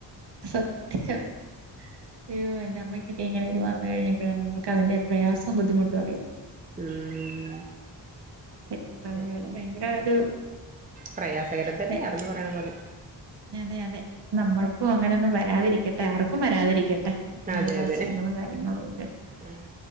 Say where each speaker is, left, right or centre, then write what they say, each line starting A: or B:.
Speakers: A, on the right; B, on the right.
A: സത്യം അയ്യോ എന്റെ അമ്മയ്ക്കെങ്ങനെ ഇത് വന്നു കഴിഞ്ഞപ്പോഴാണ് നമുക്ക് അതിന്റെ പ്രയാസവും ബുദ്ധിമുട്ടും അറിയുന്നത്
B: ഉം
A: ശരിക്കും
B: അങ്ങെനെ
A: പറഞ്ഞാല് ഭയങ്കര ഒരു
B: പ്രയാസകരതന്നെയാർന്നു
A: അതെ
B: ആണന്ന് പറയണ പോലെ
A: അതെ അതെ നമ്മൾക്കും അങ്ങനെയൊന്നും വരാതിരിക്ക ട്ടെ ആർക്കും വരാതിരിക്കട്ടെ ഇങ്ങനെയുള്ള
B: അതെ അതെ
A: അസുഖങ്ങളും കാര്യങ്ങളും ഒക്കെ
B: ഉം